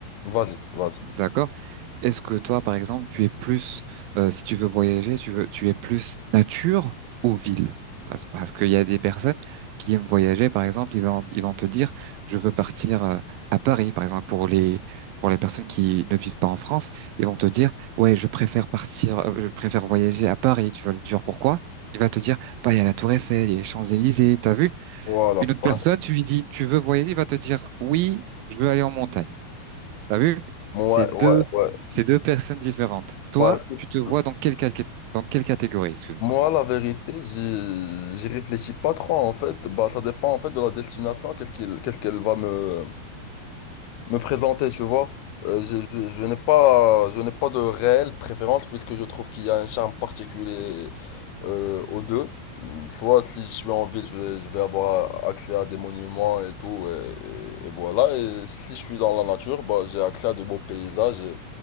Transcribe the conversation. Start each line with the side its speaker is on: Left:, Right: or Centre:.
Left: Vas-y, vas-y.
Right: D'accord. Est-ce que toi, par exemple, tu es plus, euh, si tu veux voyager, tu veux, tu es plus nature ou ville? Parce, parce qu'il y a des personnes qui aiment voyager, par exemple, ils vont, ils vont te dire, je veux partir euh, à Paris, par exemple, pour les, pour les personnes qui ne vivent pas en France, ils vont te dire, ouais, je préfère partir, euh, je préfère voyager à Paris. Tu vas lui dire pourquoi? Il va te dire, bah, il y a la Tour Eiffel, il y a les Champs-Élysées, t'as vu?
Left: Voilà.
Right: Une autre personne,
Left: Ouais.
Right: tu lui dis, tu veux voyager, il va te dire, oui, je veux aller en montagne. T'as vu?
Left: Ouais,
Right: C'est deux,
Left: ouais, ouais.
Right: c'est deux personnes différentes. Toi,
Left: Bah, écoute.
Right: tu te vois dans quelle, cat- dans quelle catégorie, excuse-moi.
Left: Moi, la vérité, j'y j'y réfléchis pas trop en fait. Bah, ça dépend en fait de la destination, qu'est-ce qu'il- qu'est-ce qu'elle va me, me présenter, tu vois. Euh, je je- je n'ai pas, je n'ai pas de réelle préférence puisque je trouve qu'il y a un charme particulier euh, aux deux. Mm, Soit si je suis en ville, je vais, je vais avoir accès à des monuments et tout, et, et- et voilà. Et si je suis dans la nature, bah, j'ai accès à de beaux paysages. et-